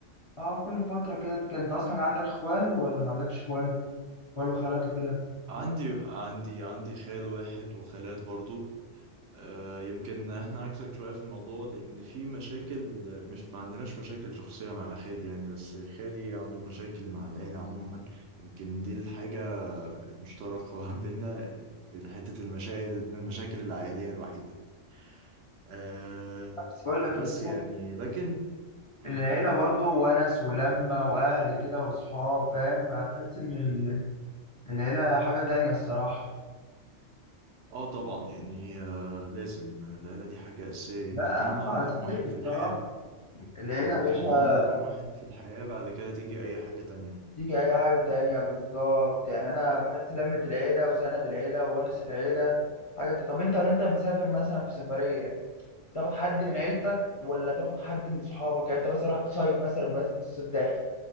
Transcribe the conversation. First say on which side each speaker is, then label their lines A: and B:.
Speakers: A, on the left; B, on the right.
A: اه كل فترة كده كان انت اصلا عندك اخوال ولا ما عندكش اخوال اخوال وخالات وكده
B: عندي عندي عندي خال واحد وخالات برضو آه، يمكن احنا عكسك شوية في الموضوع لأن في مشاكل مش ما عندناش مشاكل شخصية مع خالي يعني بس خالي عنده مشاكل مع العيلة عموما يمكن دي الحاجة المشتركة <laughs> بينا في حتة المشاكل المشاكل العائلية الوحيدة أه
A: بس بقول لك
B: بس
A: ايه سيبك-
B: يعني لكن مم.
A: العيلة برضو ونس ولمة واهل كده وصحاب فاهم فهتحس ان ال- العيلة حاجة تانية الصراحة
B: اه طبعا يعني آه لازم العيلة دي حاجة أساسية يمكن
A: لا
B: هم رقم
A: اه اساسية
B: واحد
A: الصراحة
B: في الحياة
A: العيلة
B: يمكن
A: يا باشا
B: هم رقم واحد في الحياة بعد كده تيجي أي حاجة تانية
A: تيجي اي حاجه تانية بالظبط يعني انا بحس لمة العيله وسند العيله وونس العيله حاجه ت- طب انت لو انت مسافر مثلا في سفريه تاخد حد من عيلتك ولا تاخد حد من صحابك يعني انت مثلا رحت تصيف مثلا بمناسبه الصيف داخل